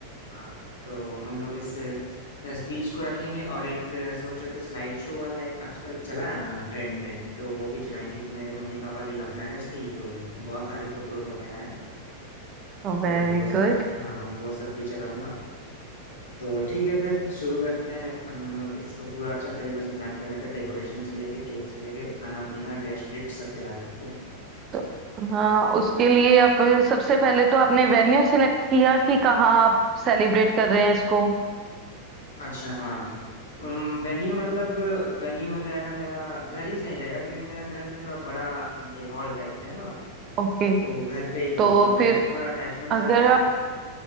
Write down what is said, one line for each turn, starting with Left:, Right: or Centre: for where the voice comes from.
Left: हाँ तो हम लोग इस स्पीच को रखेंगे और एक अ, सोच रहे थे स्लाइड शो वाला एक आजकल चला है ना ट्रेंड में तो वो भी चलाएंगे क्योंकि मेरे मम्मी पापा की लव मैरिज थी तो बहुत सारे फोटोज वगैरह हैं तो
Right: Very
Left: वो सब
Right: good
Left: हाँ वो सब भी चलाऊंगा तो ठीक है फिर शुरू करते हैं अब हम लोग इसको पूरा अच्छा तरीके से प्लान कर रहे थे डेकोरेशन से लेके केक से लेके खाना पीना गेस्ट लिस्ट सब तैयार करते हैं
Right: तो हाँ उसके लिए आप सबसे पहले तो आपने वेन्यू सिलेक्ट किया कि कहाँ आप सेलिब्रेट कर रहे हैं इसको
Left: अच्छा हाँ वेन्यू मतलब वेन्यू हो जाएगा मेरा घर ही सही रहेगा क्योंकि मेरा घर में थोड़ा बड़ा ये हॉल टाइप है ना
Right: ओके
Left: तो घर पे ही
Right: तो
Left: करूंगा घर
Right: फिर
Left: से थोड़ा अटैचमेंट
Right: अगर
Left: ज्यादा है
Right: आप